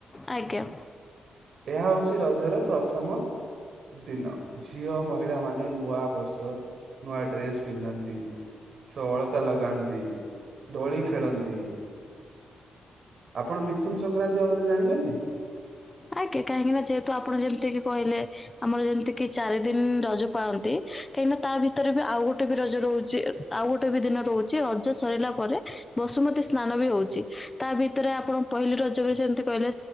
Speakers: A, on the left; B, on the right.
A: ଆଜ୍ଞା।
B: ଏହା ହଉଛି ରଜ ର ପ୍ରଥମ ଦିନ, ଝିଅ ମହିଳା ମାନେ ନୂଆ ବର୍ଷ ନୁଆଡ୍ରେସ ପିନ୍ଧନ୍ତି। ସେ ଅଳତା ଲଗାନ୍ତି ଦୋଳି ଖେଳନ୍ତି। ଆପଣ ମିଥୁନ ସଂକ୍ରାନ୍ତି ବାବଦରେ ଜାଣିଛନ୍ତି?
A: ଆଜ୍ଞାଁ କାହିଁକି ନା ଯେହେତୁ ଆପଣ ଯେମତି କହିଲେ ଆମର ଯେମିତି କିି ଚାରି ଦିନ ରଜ ପାଳନ୍ତି କାହିଁକିନା ତା ଭିତରେ ବି ଆଉ ଗୋଟେ ବି ରଜ ହୋଇଛି ଆଉ ଗୋଟେ ବି ଦିନ ରହୁଛି ରଜ ସରିଲା ପରେ ବସୁମତୀ ସ୍ନାନ ବି ହଉଛି ତା ବି ତରେ ଆପଣ ପହିଲ ରଜରେ ସେମିତି କହିଲେ